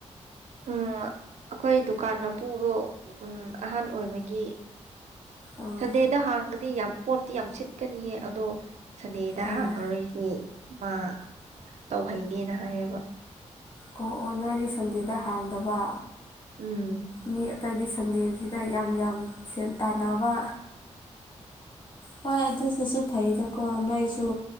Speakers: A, on the right; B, on the left.
A: ꯎꯝ ꯑꯩꯈꯣꯏ ꯗꯨꯀꯥꯟ ꯃꯄꯨꯗꯣ ꯎꯝ ꯑꯍꯥꯟ ꯑꯣꯏꯕꯒꯤ
B: ꯑꯥ
A: ꯁꯟꯗꯦꯗ ꯍꯥꯡꯉꯗꯤ ꯌꯥꯝ ꯄꯣꯠꯇꯤ ꯌꯥꯝ ꯁꯤꯠꯀꯅꯤꯌꯦ ꯑꯗꯣ ꯁꯟꯗꯦꯗ
B: ꯑꯣ
A: ꯍꯥꯡꯉꯔꯣꯏ ꯃꯤ ꯃꯥ ꯇꯧꯍꯩꯗꯦꯅ ꯍꯥꯏꯌꯦꯕ
B: ꯑꯣ ꯑꯣ ꯅꯣꯏꯗꯤ ꯁꯟꯗꯦꯗ ꯍꯥꯡꯗꯕ
A: ꯎꯝ
B: ꯃꯤ ꯑꯇꯩꯗꯤ ꯁꯟꯗꯦꯁꯤꯗ ꯌꯥꯝ ꯌꯥꯝ ꯁꯦꯟ ꯇꯥꯟꯅꯕ ꯍꯣꯏ ꯑꯗꯨꯗꯁꯨ ꯐꯩꯗꯀꯣ ꯅꯣꯏꯁꯨ